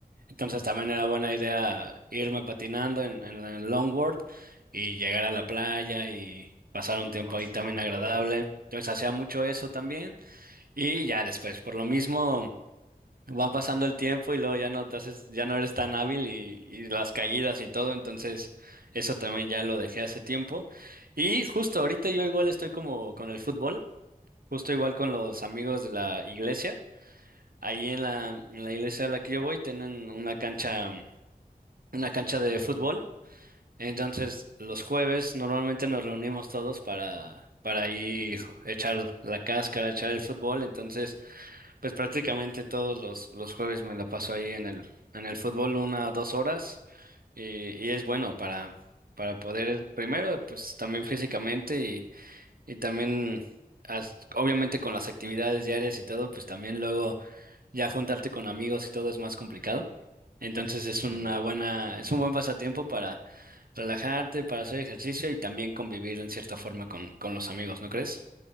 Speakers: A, on the right (about 65°); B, on the right (about 30°).
A: Entonces también era buena idea irme patinando en, en el longboard y llegar a la playa y pasar un tiempo
B: ah,
A: ahí
B: súper,
A: también agradable. Entonces hacía mucho eso también y ya después, por lo mismo, va pasando el tiempo y luego ya no te haces, ya no eres tan hábil y, y las caídas y todo, entonces eso también ya lo dejé hace tiempo. Y justo ahorita yo igual estoy como con el fútbol, justo igual con los amigos de la iglesia. Ahí en la, en la iglesia a la que yo voy tienen una cancha una
B: ah,
A: cancha
B: su-
A: de
B: qué chévere.
A: fútbol. Entonces, los jueves normalmente nos reunimos todos para, para ahí jo- echar la cáscara, echar el fútbol. Entonces, pues prácticamente todos los, los jueves me la paso ahí en el, en el fútbol una o dos horas. Y, y es bueno para, para poder, primero, pues también físicamente y, y también, as- obviamente con las actividades diarias y todo, pues también luego ya juntarte con amigos y todo es más complicado. Entonces es
B: Sí,
A: una
B: es
A: buena, es un
B: verdad.
A: buen pasatiempo para relajarte, para hacer ejercicio y también convivir en cierta forma con, con los amigos, ¿no crees?